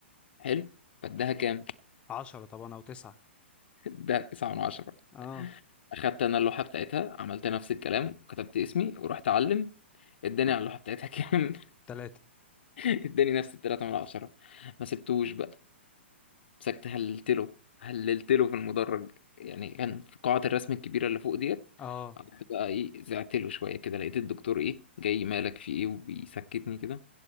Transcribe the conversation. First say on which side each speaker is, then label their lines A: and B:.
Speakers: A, on the left; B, on the left.
A: حلو فاداها كام
B: عشرة طبعا او تسعة
A: <laughs> اداها 9 من 10
B: اه
A: اخدت انا اللوحه بتاعتها عملت نفس الكلام كتبت اسمي ورحت اعلم اداني على اللوحه بتاعتها كام
B: تلاتة
A: <laughs> اداني نفس التلاتة من 10 ما سبتوش بقى مسكت هللت له هللت له في المدرج يعني كان في قاعة الرسم الكبيرة اللي فوق ديت
B: اه
A: قعدت بقى ايه زعت له شوية كده لقيت الدكتور ايه جاي مالك في ايه وبيسكتني كده